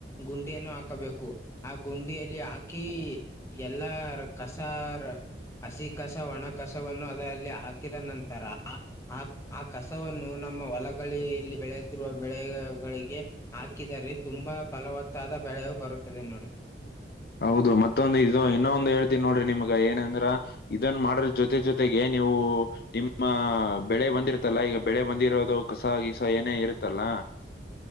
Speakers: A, on the left; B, on the left.
A: ಗುಂಡಿಯನ್ನು ಹಾಕಬೇಕು. <unintelligible> ಆ ಗುಂಡಿಯಲ್ಲಿ ಹಾಕಿ ಎಲ್ಲರ ಕಸಾ ಅರ. <unintelligible> ಹಸಿ ಕಸ ಒಣ ಕಸವನ್ನು ಅದರಲ್ಲಿ ಹಾಕಿದ ನಂತರ ಆ <unintelligible> ಆ ಕಸವನ್ನು ನಮ್ಮ ಹೊಲಗಳೆ ಎಲ್ಲಿ ಬೆಳೆಯುತ್ತಿರುವ ಬೆಳೆಗಳಿಗೆ. <unintelligible> ಹಾಕಿದರೆ ತುಂಬಾ ಫಲವತ್ತಾದ ಬೆಳೆಯು ಬರುತ್ತದೆ ನೋಡಿ. <unintelligible>
B: ಹೌದು ಮತ್ತೊಂದು ಇದು ಇನ್ನೊಂದು ಹೇಳ್ತೀನಿ ನೋಡ್ರಿ ನಿಮಗ ಏನಂದ್ರ. <unintelligible> ಇದನ್ನ ಮಾಡಿದರ ಜೊತೆ ಜೊತೆಗೆ ನೀವು ನಿಮ್ಮ ಬೆಳೆ ಬಂದಿರತಲ್ಲ ಈಗ ಬೆಳೆ ಬಂದಿರೋದು <unintelligible> ಕಸಾ ಗೀಸ ಏನೇ ಇರುತ್ತ ಅಲ್ಲಾ